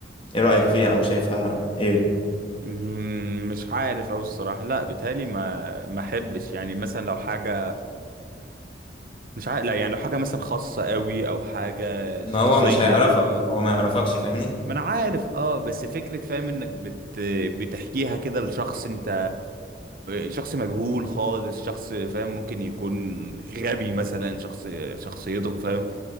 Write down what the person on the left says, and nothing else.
ايه رأيك فيها او شايفها ايه
ما هو مش هيعرفك
هو ما يعرفكش فاهمني